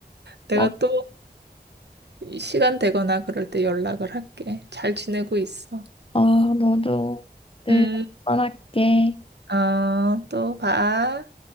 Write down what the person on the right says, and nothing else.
내가
또 시간 되거나 그럴 때 연락을 할게. 잘 지내고 있어.
음,
어, 또 봐.